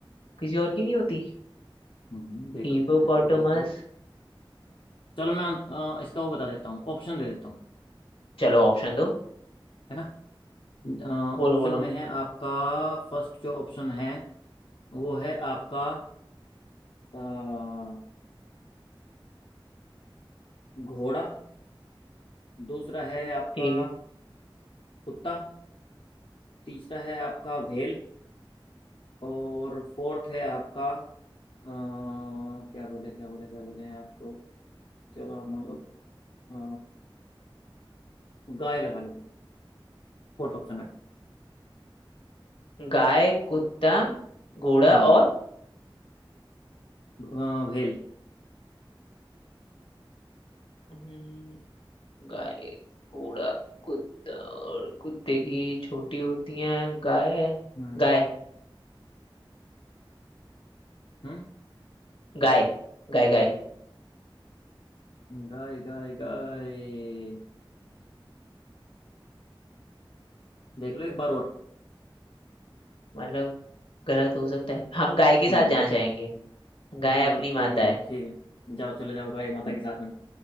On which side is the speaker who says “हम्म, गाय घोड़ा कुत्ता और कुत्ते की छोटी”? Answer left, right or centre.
Left